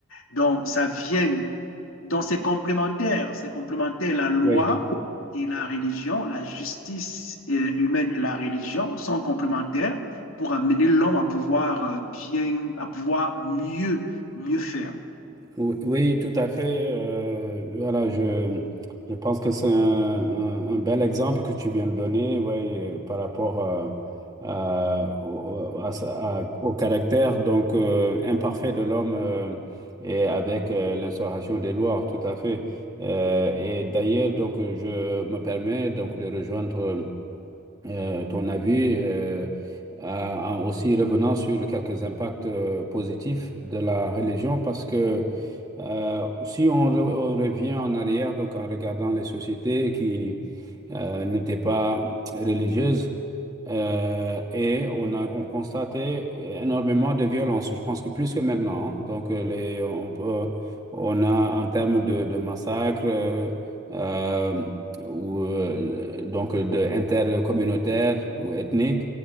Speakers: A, on the left; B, on the right.
A: Donc, ça vient, donc c'est complémentaire, c'est complémentaire. La loi
B: oui.
A: et la religion, la justice euh, humaine et la religion sont complémentaires pour amener l'homme à pouvoir euh, bien, à pouvoir mieux, mieux faire.
B: Ou- Oui, tout à fait. euh, voilà, je, je pense que c'est un, un- un bel exemple que tu viens de donner, ouais, par rapport euh, à- au, à sa- à- au caractère donc euh, imparfait de l'homme euh, et avec euh, l'instauration des lois, tout à fait. Euh, et d'ailleurs, donc, je me permets donc de rejoindre euh, ton avis. euh, en en aussi revenant sur quelques impacts euh, positifs de la religion parce que euh, si on, re- on revient en arrière, donc en regardant les sociétés qui euh, n'étaient pas religieuses, euh, et on a on constatait énormément de violence, je pense que plus que maintenant. hein. Donc, euh, les, on, peut- on a en termes de, de massacres euh, euh, ou euh, donc euh, de intercommunautaires ou ethniques,